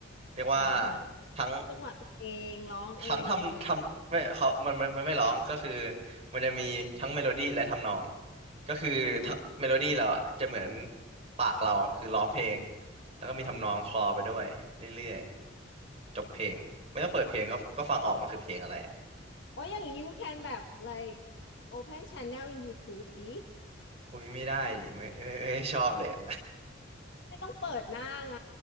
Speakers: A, on the right (about 35°); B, on the left (about 65°).
A: เรียกว่า
B: อ่าฮะ
A: ทั้ง
B: จังหวะตัวเองร้องเองอะไรอย่างเงี้ย
A: ทั้งทำทำไม่เขามันมันมันไม่ร้องก็คือมันจะมีทั้งเมโลดี้และทำนองก็คือทะเมโลดี้เราอ่ะจะเหมือน
B: อือฮึ
A: ปากเราคือร้องเพลงแล้วก็มีทำนองคลอไปด้วยเรื่อย
B: อ่าฮะ
A: ๆจบเพลงไม่ต้องเปิดเพลงก็ก็ฟังออกมันคือเพลงอะไรอะ
B: อ่าโอ้ยอย่างนี้ you can แบบ like open channel in YouTube ดิ
A: อุ้ยไม่ได้ดิไม่ไม่ไม่ไม่ชอบเลยอ่ะ
B: ไม่ต้องเปิดหน้าไง